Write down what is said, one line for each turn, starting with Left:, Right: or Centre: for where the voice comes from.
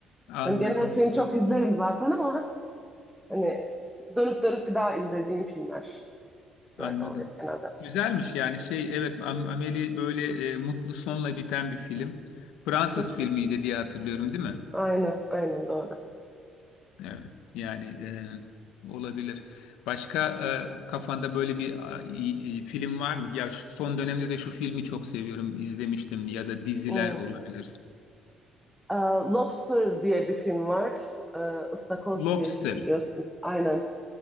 Left: Anladım.
Centre: Hani genel film çok izlerim zaten ama hani dönüp dönüp bir daha izlediğim filmler
Left: Anladım.
Centre: böyle oluyor genelde. <laughs>
Left: Güzelmiş yani şey evet Am- Amélie böyle e, mutlu sonla biten bir film. Fransız
Centre: Hı hı.
Left: filmiydi diye hatırlıyorum değil mi?
Centre: Aynen, aynen doğru.
Left: Evet yani e, olabilir. Başka e, kafanda böyle bir a, i- i- film var mı? Ya şu son dönemde de şu filmi çok seviyorum izlemiştim ya da diziler
Centre: Hmm.
Left: olabilir.
Centre: Ee, Lobster diye bir film var. Ee, Istakoz
Left: Lobster.
Centre: diye çeviriyorsun. Aynen.